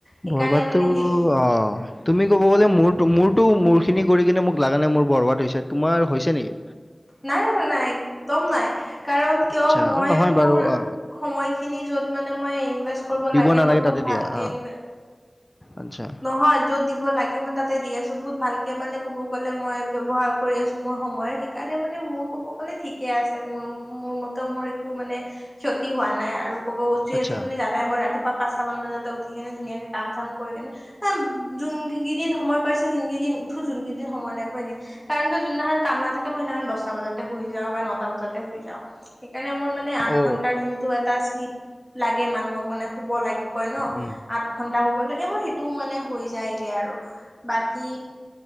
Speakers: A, in the centre; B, on the left.
A: সেইকাৰণে
B: বৰবাদটো
A: মানে সেইবোৰ,
B: অ তুমি ক'ব গ'লে মোৰতো মোৰতো মোৰখিনি কৰি কিনে মোক লাগা নাই মোৰ বৰবাদ হৈছে তোমাৰ হৈছে নেকি।
A: নাই নাই নাই একদম নাই কাৰণ কিয়
B: আচ্ছা
A: মই
B: নহয়
A: মোৰ,
B: বাৰু অ
A: সময়খিনি য'ত মানে মই ইনভেষ্ট কৰিব
B: দিব
A: লাগে
B: নালাগে
A: মই
B: তাতে
A: বহুত
B: দিয়া
A: ভালকে
B: অ
A: ইনভেষ্ট,
B: আচ্ছা,
A: নহয় য'ত দিব লাগে মই তাতে দি আছো বহুত ভালকে মানে ক'ব গ'লে মই ব্যৱহাৰ কৰি আছো মোৰ সময়, কাৰণে মানে মোৰ কব গলে ঠিকে আছে মোৰ মোৰ মতে মোৰ একো মানে, ক্ষতি হোৱা নাই আৰু ক'ব যিহেতু
B: আচ্ছা
A: তুমি ৰা মই ৰাতিপুৱা পাঁচটা মান বজাতে উঠি কেনে ধুনীয়াকে কাম চাম কৰি কেনে, যোন কেইদিন সময় পাইছো সেই কেইদিন উঠো যোন কেইদিন সময় নাইপোৱা সেইকেইদিন, কাৰণ কিয় যোনদিনাখন কাম নাথাকে, মই সেইদিনাখন দহটা বজাতে শুই যাওঁ বা নটা বজাতে শুই যাওঁ সেইকাৰণে মোৰ মানে আঠ
B: অ
A: ঘন্টাৰ যোনটো, টা শ্লিপ লাগে মানুহক মানে শুব লাগে কয় ন
B: উম
A: আঠ ঘন্টা শুব লাগে মোৰ সেইটোও মানে হৈ যায়গে আৰু বাকী